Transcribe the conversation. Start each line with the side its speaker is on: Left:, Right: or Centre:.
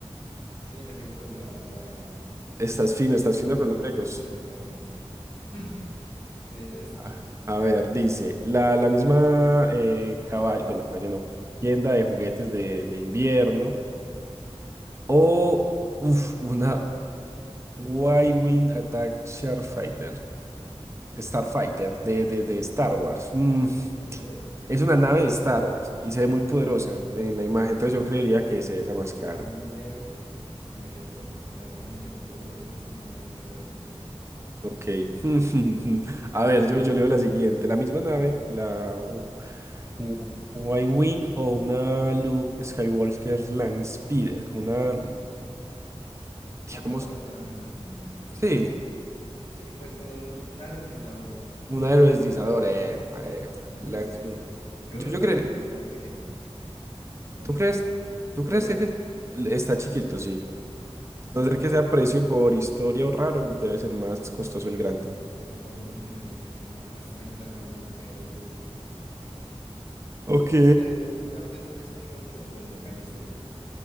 Left: Sí, en efecto, la, la,
Right: Estás fino,
Left: tienda
Right: estás
Left: de juguetes
Right: fino con
Left: valía
Right: los Legos.
Left: apenas 60 dólares. Mm, Me detesta.
Right: Ah, A ver, dice la, la misma eh, cabaña, bueno, cabaña no, tienda de juguetes de, de invierno o uf, una Why Wing Attack Starfighter. Starfighter
Left: De,
Right: de, de, de Star Wars. Mm,
Left: de poderosa.
Right: es una nave de Star Wars y se ve muy poderosa en, en
Left: Qué
Right: la
Left: grande.
Right: imagen, entonces yo creería que es esa más cara.
Left: Yo también diría eso por, en efecto, por la imagen se ve muy porosa, son 120 dólares, bastante fuerte.
Right: Ok. <laughs> A
Left: Así
Right: ver,
Left: que,
Right: yo, yo leo la siguiente. La misma nave, la w-
Left: Wing,
Right: w- Y-Wing o una Luke Skywalker Land Speeder, como una, digamos,
Left: una plataforma de lanzamiento, de cierto
Right: sí,
Left: modo. Sí, pues como un, un área más bien, creo
Right: una
Left: que es,
Right: aerodeslizadora. Epa, epa,
Left: de lo
Right: Land
Left: que es Skywalker.
Right: Speeder.
Left: Yo
Right: Yo,
Left: veo
Right: yo
Left: el
Right: creería.
Left: área pequeño, luego
Right: ¿Tú
Left: chiquito,
Right: crees? ¿Tú
Left: luego
Right: crees
Left: chiquito,
Right: que, qué? Está chiquito, sí.
Left: chiquito. Entonces
Right: A no
Left: eso
Right: ser
Left: lo
Right: que
Left: hace
Right: sea
Left: Wing.
Right: precio por historia o raro, debe ser más costoso el grande.
Left: El Wing, en efecto, son apenas 30 dólares del aero de Luke Skywalker.
Right: Ok.
Left: El aero de Luke Skywalker o el Empire State Building.